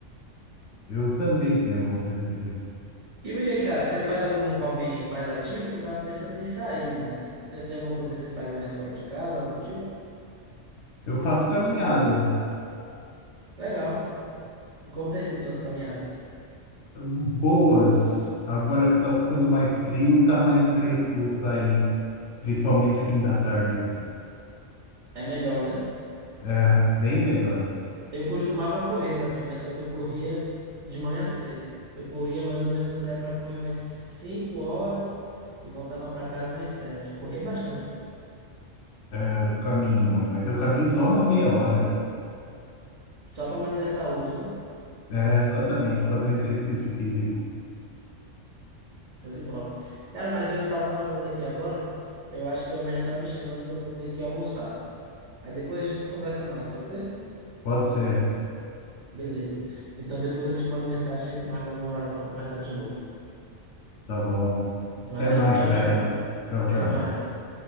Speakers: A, on the left; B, on the right.
A: Eu também tenho vontade de ler.
B: E aí, cara, você faz algum hobby mais ativo? Que eu tava pensando em sair, mas você tem, tem alguma coisa que você faz mais fora de casa, algo do tipo?
A: Eu faço caminhada
B: Legal. E como tem sido suas caminhadas?
A: boas. Agora que tá ficando mais frio, tá mais fresco sair, principalmente fim da tarde.
B: É melhor, né?
A: É bem melhor.
B: Eu costumava correr também, mas só que eu corria de manhã cedo. Eu corria mais ou menos, eu saía pra correr umas 5 horas e voltava pra casa umas 7. Corria bastante.
A: É, caminho, mas eu caminho só uma meia hora.
B: Só pra manter a saúde, né?
A: É, exatamente, fazer exercício físico.
B: Show de bola. Cara, mas eu tava lembrando aqui agora, eu acho que minha mãe já tá me chamando que eu vou ter que almoçar. Aí depois a gente conversa mais, pode ser?
A: Pode ser.
B: Beleza. Então depois eu te mando mensagem, a gente marca algum horário para conversar de novo.
A: Tá bom.
B: Valeu,
A: Até mais,
B: tchau,
A: velho.
B: tchau.
A: Tchau,
B: Até
A: tchau.
B: mais.